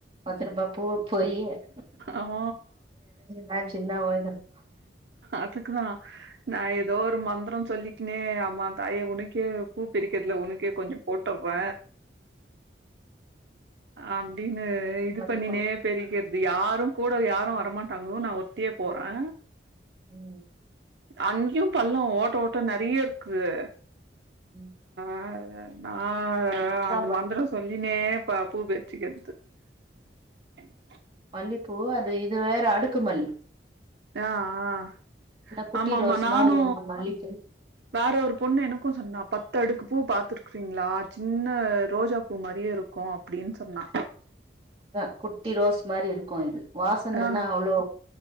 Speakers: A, on the right (about 30°); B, on the right (about 75°).
A: பத்துருப்பா பூ போயி <unintelligible>
B: அவ
A: நா சின்ன <unintelligible>
B: அதுக்குதா நா ஏதோ ஒரு மங் சொல்லிக்கனே அம்மா தாயே உனக்கே கூப் பிரிக்கிறதுல உனக்கே கொஞ்ச போட்டர்ற அப்டி னு இது
A: மல்லிப்பூ
B: பண்ணினே பிரிக்கறது இது யாருங்கூட யாரு வரமாட்டாங்கோ நா ஒருத்தியே போறே
A: உம்
B: அங்யும் பல்லம் ஓட்ட ஓட்ட நறைய இருக்குது
A: உம்
B: அதனா ஆஹ் அந்த
A: பாரு
B: மந்திர சொல்லினே <unintelligible>
A: மல்லிப்பூ அது இது வேற அடுக்குமல்லி
B: ஆஹ் ஆஹ்
A: குட்டி
B: ஆமா ஆமா
A: ரோஸ்
B: நானு
A: மாரி வந்து மல்லிப்பூ
B: வேற ஒரு பொண்ணு எனக்கு சொன்னா பத்து அடுக்கு பூ பாத்துருக்றீங்களா சின்ன ரோஜா பூ மாரியே இருக்கு அப்டின்னு சொன்னா
A: இதா குட்டி ரோஸ் மாரி இருக்கு இது வாசனை
B: ஆ
A: என்ன அவ்வளோ